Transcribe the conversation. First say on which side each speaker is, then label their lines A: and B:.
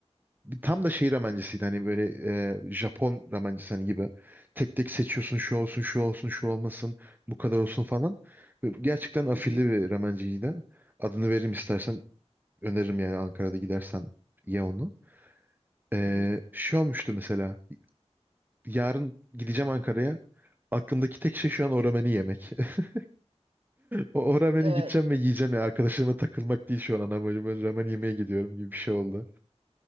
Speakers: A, on the right (about 15°); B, on the right (about 55°).
A: Tam da şey ramencisiydi hani böyle e, Japon ramencisi hani gibi. Tek tek seçiyorsun şu olsun şu olsun şu olmasın bu kadar olsun falan. Böyle Gerçekten afilli
B: hı hı,
A: bir ramenciydi. Adını veririm istersen öneririm yani Ankara'da gidersen ye onu. E,
B: hı hı.
A: şey olmuştu mesela yarın gideceğim Ankara'ya. Aklımdaki tek şey şu an o rameni yemek. <laughs> O, o rameni
B: Evet.
A: gideceğim ve yiyeceğim ya. Arkadaşlarıma takılmak değil şu an ana amacım. Ben ramen yemeye gidiyorum gibi bir şey oldu.